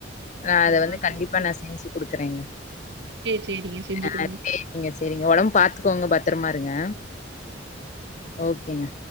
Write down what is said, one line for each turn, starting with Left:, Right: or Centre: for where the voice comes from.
Left: நா அத
Right: யா
Left: வந்து
Right: சேரி
Left: கண்டிப்பா நா செஞ்சு குடுக்குறேங்க
Right: சேரி சேரிங்க செஞ்சு
Left: ஆ
Right: குடுங்க
Left: சேரிங்க சேரிங்க உடம்பு பாத்துக்கோங்க பத்துரமா இருங்க
Right: ம்
Left: ஓகேங்க